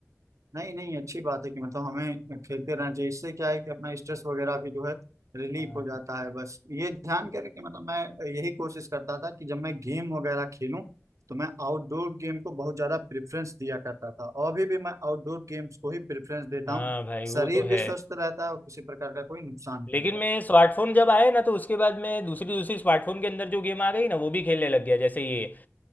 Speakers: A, on the right; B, on the left.
A: नहीं नहीं अच्छी बात है कि मतलब हमें खेलते रहना चाहिए इससे क्या है कि अपना स्ट्रेस वगैरह भी जो है रिलीफ
B: हाँ
A: हो जाता है बस ये ध्यान करें कि मतलब मैं यही कोशिश करता था कि जब मैं गेम वगैरह खेलूं तो मैं आउटडोर गेम को बहुत ज़्यादा प्रेफरेंस दिया करता था और अभी भी मैं आउटडोर गेम्स को ही प्रेफरेंस देता
B: हाँ
A: हूँ
B: भाई वो
A: शरीर
B: तो
A: भी
B: है
A: स्वस्थ रहता है और किसी प्रकार का कोई नुकसान नहीं
B: लेकिन मैं
A: रहता
B: स्मार्टफोन जब आए ना तो उसके बाद मैं दूसरी दूसरी स्मार्टफोन के अंदर जो गेम आ गई ना वो भी खेलने लग गया जैसे ये